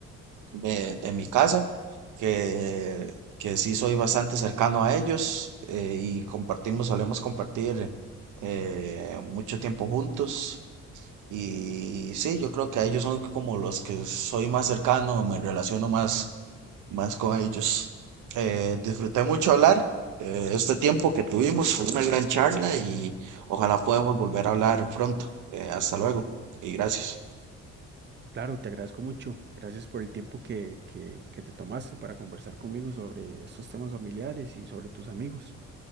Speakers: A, on the right; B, on the right.
A: de, de mi casa, que, que sí soy bastante cercano a ellos eh, y compartimos, solemos compartir eh, mucho tiempo juntos. Y sí, yo creo que a ellos son como los que soy más cercano, me relaciono más, más con ellos. Eh, disfruté mucho hablar eh, este tiempo que tuvimos, fue una gran charla y ojalá podamos volver a hablar pronto. Eh, hasta luego y gracias.
B: Claro, te agradezco mucho. Gracias por el tiempo que, que, que te tomaste para conversar conmigo sobre estos temas familiares y sobre tus amigos.